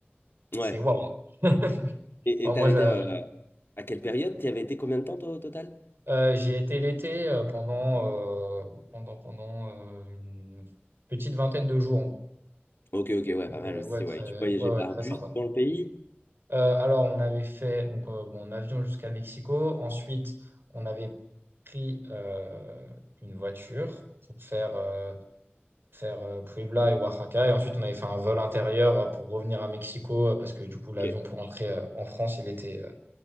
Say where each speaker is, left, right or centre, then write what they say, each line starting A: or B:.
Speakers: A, on the left; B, on the right.
A: Ouais.
B: c'est waouh. <laughs>
A: Et
B: Enfin,
A: et t'avais
B: moi, j'a-
A: été euh, à quelle période? T'y avais été combien de temps toi, au total?
B: Euh, j'y ai été l'été euh, pendant, euh, pendant, pendant euh, une petite vingtaine de jours en gros.
A: Ok, ok, ouais,
B: Donc,
A: pas mal
B: euh,
A: aussi,
B: ouais, très,
A: ouais. Tu voyageais
B: ouais, ouais,
A: par
B: très
A: bus
B: sympa.
A: dans le pays?
B: Euh, alors, on avait fait donc, euh, bon, en avion jusqu'à Mexico. Ensuite, on avait pris euh, une voiture pour faire, euh, faire euh, Puebla et Oaxaca. Et ensuite, on avait fait un vol intérieur euh, pour revenir à Mexico euh, parce que du coup, l'avion
A: Ok.
B: pour rentrer euh, en France, il était, euh,